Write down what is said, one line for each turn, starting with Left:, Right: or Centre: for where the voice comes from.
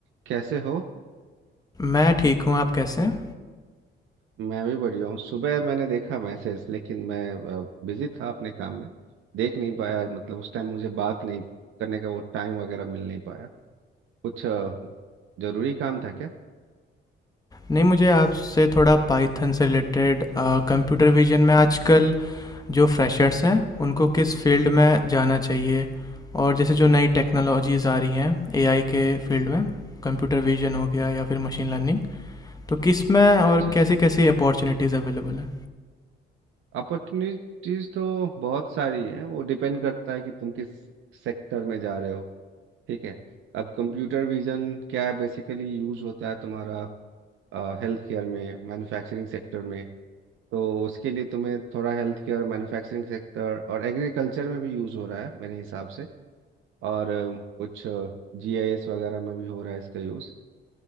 Right: कैसे हो
Left: मैं ठीक हूँ आप कैसे हैं
Right: मैं भी बढ़िया हूँ सुबह मैंने देखा मैसेज लेकिन मैं बिजी था अपने काम में देख नहीं पाया मतलब उस टाइम मुझे बात नहीं करने का वो टाइम वगैरह मिल नहीं पाया कुछ अ, जरूरी काम था क्या
Left: नहीं मुझे आपसे थोड़ा पाइथन से रिलेटेड कंप्यूटर विजन में आजकल जो फ्रेशर्स हैं उनको किस फील्ड में जाना चाहिए और जैसे जो नई टेक्नोलॉजीज़ आ रही हैं एआई के फील्ड में कंप्यूटर विजन हो गया या फिर मशीन लर्निंग तो किस में और
Right: अच्छा अच्छा
Left: कैसी कैसी अपॉर्चुनिटीज़ अवेलेबल हैं
Right: अपॉर्चुनिटीज तो बहुत सारी हैं वो डिपेंड करता है कि तुम किस सेक्टर में जा रहे हो ठीक है अब कंप्यूटर विजन क्या है बेसिकली यूज होता है तुम्हारा हेल्थ केयर में मैन्युफैक्चरिंग सेक्टर में तो उसके लिए तुम्हें थोड़ा हेल्थ केयर मैन्युफैक्चरिंग सेक्टर और एग्रीकल्चर में भी यूज़ हो रहा है मेरे हिसाब से और अ, कुछ जीआईएस वगैरह में भी हो रहा है इसका यूज़